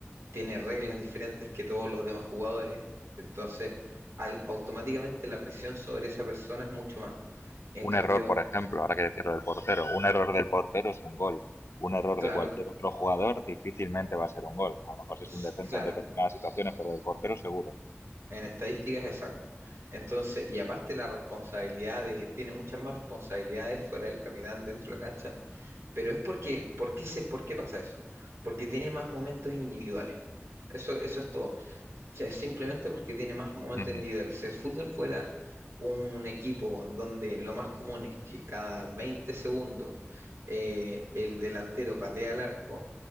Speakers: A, on the right (about 90°); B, on the left (about 70°).
A: tiene reglas diferentes que todos los demás jugadores, entonces al- automáticamente la presión sobre esa persona es mucho más. En
B: Un
A: cambio,
B: error, por ejemplo, ahora que decirlo del portero, un error del portero es un gol. Un error
A: claro,
B: de cualquier otro jugador difícilmente va a ser un gol. A lo mejor si
A: s-
B: es un defensa
A: claro,
B: en determinadas situaciones, pero del portero seguro.
A: en estadísticas exacto. Entonces, y aparte la responsabilidad de, tiene muchas más responsabilidades fuera del capitán dentro de la cancha, pero es porque, ¿por qué se, por qué pasa eso? Porque tiene más momentos individuales. Eso, eso es todo. sea, es simplemente porque tiene más momentos
B: Ujú.
A: individuales. Si el fútbol fuera un equipo donde lo más común es que cada 20 segundos eh, el delantero patea al arco,